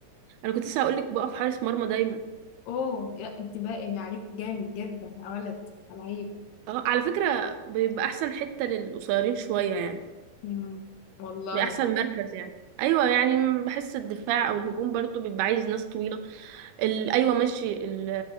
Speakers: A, on the right; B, on the left.
A: انا كنت لسه هقول لك بقف حارس مرمى دايما
B: أوه لا أنت باين عليك جامد جدا يا ولد لعيب
A: اه على فكرة بيبقى احسن حتة للقصيرين شوية يعني
B: مم، والله
A: بيبقى احسن مركز يعني ايوه يعني بحس الدفاع او الهجوم برضو بيبقى عايز ناس طويلة ال... ايوه ماشي ال...